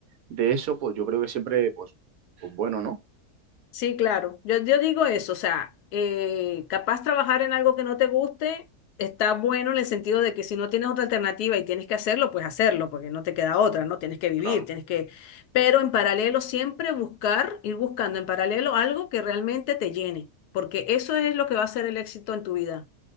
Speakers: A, on the right (about 70°); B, on the left (about 80°).
A: de eso, pues yo creo que siempre, pues, pues bueno, ¿no?
B: Sí, claro. Yo, yo digo eso, o sea, eh, capaz trabajar en algo que no te guste está bueno en el sentido de que si no tienes otra alternativa y tienes que hacerlo, pues hacerlo, porque no te queda otra, ¿no? Tienes que vivir,
A: Claro.
B: tienes que... Pero en paralelo siempre buscar, ir buscando en paralelo algo que realmente te llene, porque eso es lo que va a ser el éxito en tu vida.